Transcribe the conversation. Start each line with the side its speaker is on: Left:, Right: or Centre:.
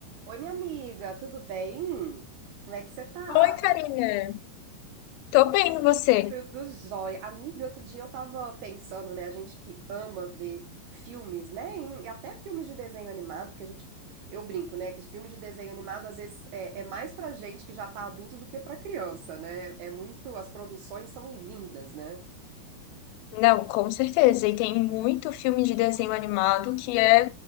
Right: Oi, minha amiga, tudo bem? Como é que você tá?
Left: Oi, Karina. Tô bem, e você?
Right: Tudo jóia. Amiga, outro dia eu tava pensando, né? A gente que ama ver filmes, né? em- E até filmes de desenho animado, porque a gente, eu brinco, né? Que filme de desenho animado às vezes é, é mais pra gente que já tá adulto do que pra criança, né? É muito, as produções são lindas, né?
Left: Não, com certeza. E tem muito filme de desenho animado que é